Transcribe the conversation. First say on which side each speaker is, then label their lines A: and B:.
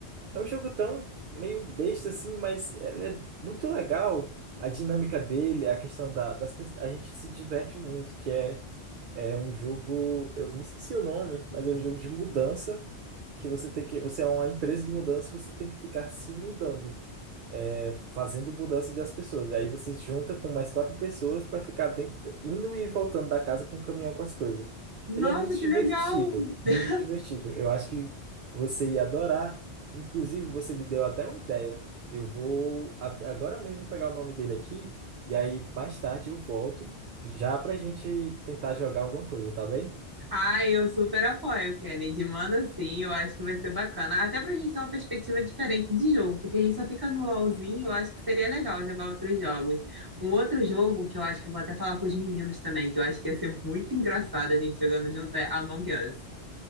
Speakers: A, on the right; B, on the right.
A: é um jogo tão meio besta assim, mas ele é muito legal. A dinâmica dele, a questão da, das pessoas, a gente se diverte muito, que é É um jogo, eu me esqueci o nome, mas é um jogo de mudança que você tem que, você é uma empresa de mudança e você tem que ficar se mudando, é, fazendo mudança das pessoas. E aí você se junta com mais quatro pessoas para ficar dentro, da- indo e voltando da casa com o caminhão com as coisas.
B: Nossa,
A: Ele é muito
B: que
A: divertido,
B: legal! <laughs>
A: muito divertido. Eu acho que você ia adorar. Inclusive, você me deu até uma ideia. Eu vou a- agora mesmo pegar o nome dele aqui e aí mais tarde eu volto já pra gente tentar jogar alguma coisa, tá bem?
B: Ai, eu super apoio, Kennedy. Manda sim, eu acho que vai ser bacana. Até pra gente ter uma perspectiva diferente de jogo, porque a gente só fica no LOLzinho, eu acho que seria legal jogar outros jogos. Um outro jogo que eu acho que eu vou até falar com os meninos também, que eu acho que ia ser muito engraçado a gente jogando junto, é Among Us.